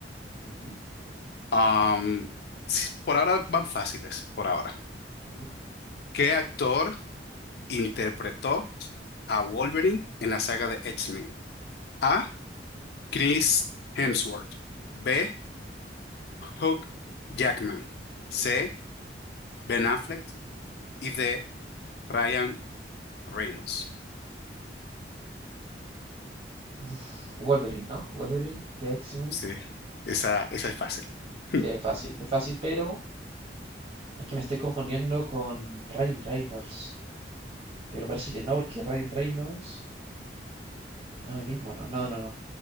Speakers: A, on the right; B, on the left.
A: Ujú,
B: Am, sí, por ahora van fáciles, por ahora.
A: ujú.
B: ¿Qué actor interpretó a Wolverine en la saga de X-Men? A. Chris Hemsworth. B. Hugh Jackman. C. Ben Affleck. Y D. Ryan Reynolds.
A: Uf, Wolverine, ¿no? Wolverine de X-Men.
B: Sí, esa, esa es fácil. <laughs>
A: Sí, es fácil, es fácil, pero es que me estoy confundiendo con Ryan Reynolds. Pero parece que no, porque Ryan Reynolds no el mismo, no, no, no, no.